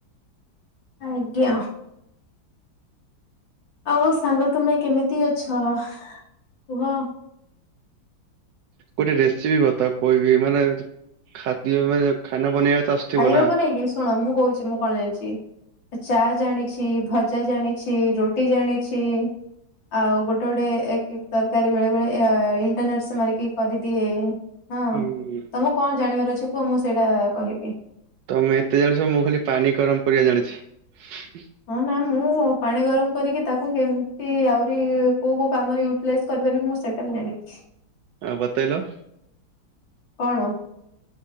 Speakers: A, on the left; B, on the right.
A: ଆଜ୍ଞା। ଆଉ ସାଙ୍ଗ ତୁମେ କେମିତି ଅଛ କୁହ?
B: ଗୋଟେ ରେସିପି ଥାଉ କହି ବିି ମାନେ ଖାଦ୍ୟ ମାନେ ଖାନା ବନେଇବା। ତ ଆସୁଥିବ
A: ଖାଇବାକୁ
B: ନା।
A: ନେଇକି ଶୁଣ ମୁଁ କହୁଛି ମୁଁ କଣ ଜାଣିଛି। ଚା ଜାଣିଛି ଭଜା ଜାଣିଛି ରୁଟି ଜାଣିଛି। ଆଉ ଗୋଟେ ଗୋଟେ ଏକ ତରକାରୀ ବେଳେ ବେଳେ ଇଣ୍ଟରନେଟ ସେ ମାରିକି କରିଦିଏ। ହଁ
B: ହୁଁ
A: ତମକୁ କଣ ଜାଣିବାର ଅଛି କୁହ ମୁଁ ସେଇଟା କହିବି।
B: ତମେ ଏତେ ଜାଣିଛ ମୁଁ ଖାଲି ପାଣି ଗରମ କରିବା ଜାଣିଛି।
A: ହଁ ନା ମୁଁ ପାଣି ଗରମ କରିକି ତାକୁ କେମିତି ଆହୁରି କୋଉ କୋଉ କାମରେ ୟୁଟିଲାଇଜ। କରିବା ବି ମୁଁ ସେଇଟା ବି ଜାଣିଛି।
B: ହଁ ବତେଇଲ।
A: କଣ?